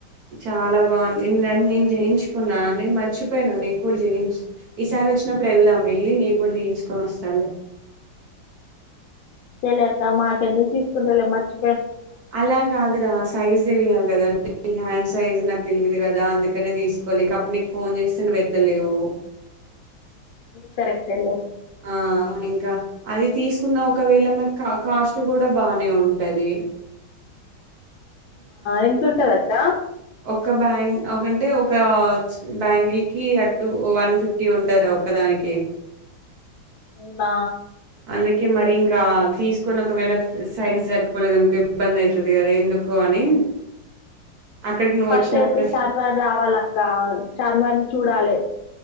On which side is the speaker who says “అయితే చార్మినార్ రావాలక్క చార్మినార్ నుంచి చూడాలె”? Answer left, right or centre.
Left